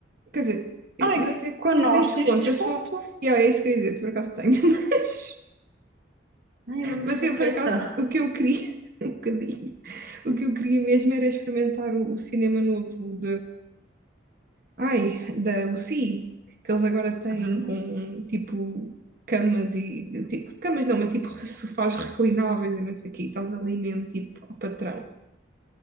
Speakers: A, on the right; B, on the right.
A: Quer dizer, eu,
B: Ai,
A: eu até
B: com nós
A: eu tenho desconto,
B: tens desconto.
A: eu só... Yeah, é isso que eu ia dizer, tu por acaso tenho, <laughs> mas...
B: Ai, é mesmo
A: Mas
B: forreta.
A: eu, por acaso, o que eu queria, <laughs> um bocadinho, o que eu queria mesmo era experimentar o, o cinema novo Ai, da UCI, que eles agora têm
B: Uhum.
A: com tipo camas e tipo, camas não, mas tipo sofás reclináveis e não sei o quê, estás ali mesmo tipo ao patrão.